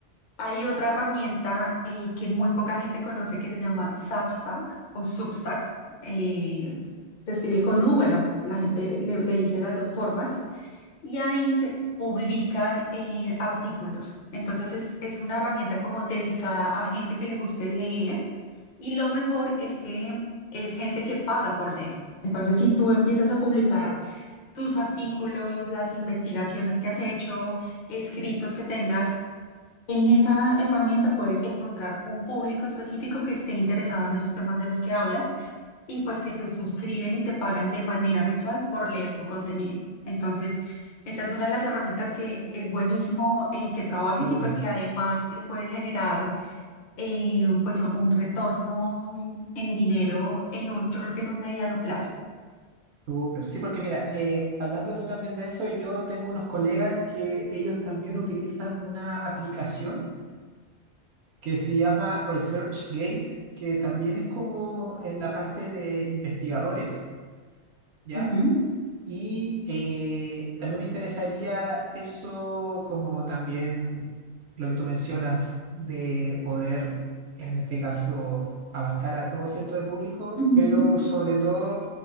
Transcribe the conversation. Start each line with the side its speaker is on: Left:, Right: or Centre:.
Left: Hay otra herramienta eh, que muy poca gente conoce que se llama Substack o Substack. eh, se escribe con U, bueno, la gente le, le- le dice las dos formas y ahí se publican eh, artículos. Entonces es, es una herramienta como dedicada a gente que le guste leer y lo mejor es que es gente que paga por leer. Entonces si tú empiezas a publicar tus artículos, las investigaciones que has hecho, escritos que tengas, en esa herramienta puedes encontrar un público específico que esté interesado en esos temas de los que hablas y pues que se suscriben y te pagan de manera mensual por leer tu contenido. Entonces, esa es una de las herramientas que es buenísimo eh, que trabajes
Right: Súper,
Left: y pues que además le puedes generar eh, pues un retorno en dinero en un, yo creo que en un mediano plazo.
Right: súper. Sí, porque mira, eh, hablando tú también de eso, yo tengo unos colegas que ellos también utilizan una aplicación que se llama ResearchGate, que también es como en la parte de investigadores, ¿ya?
Left: Ujú,
Right: Y eh, también me interesaría eso como también lo que tú mencionas de poder, en este caso, abarcar a todo cierto de público,
Left: ujú,
Right: pero sobre todo